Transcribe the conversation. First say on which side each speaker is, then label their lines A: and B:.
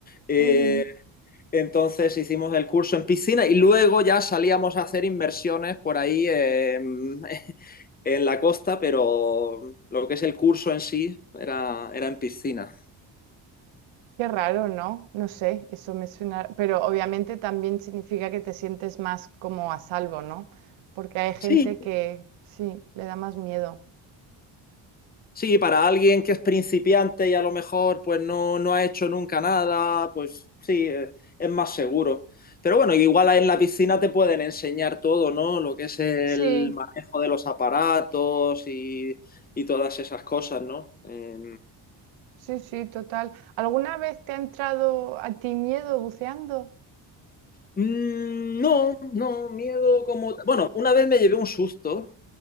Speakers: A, on the left; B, on the right.
A: Eh,
B: ujú.
A: entonces hicimos el curso en piscina y luego ya salíamos a hacer inversiones por ahí eh, <laughs> en la costa, pero lo que es el curso en sí era, era en piscina.
B: Qué raro, ¿no? No sé, eso me suena, pero obviamente también significa que te sientes más como a salvo, ¿no? Porque hay gente
A: Sí,
B: que sí, le da más miedo.
A: Sí, para alguien que es principiante y a lo mejor pues no, no ha hecho nunca nada, pues sí, eh, es más seguro. Pero bueno, igual ahí en la piscina te pueden enseñar todo, ¿no? Lo que es el
B: Sí,
A: manejo de los aparatos y, y todas esas cosas, ¿no? Eh,
B: Sí, sí, total. ¿Alguna vez te ha entrado a ti miedo buceando?
A: Mm, No, no, miedo como... ta- Bueno, una vez me llevé un susto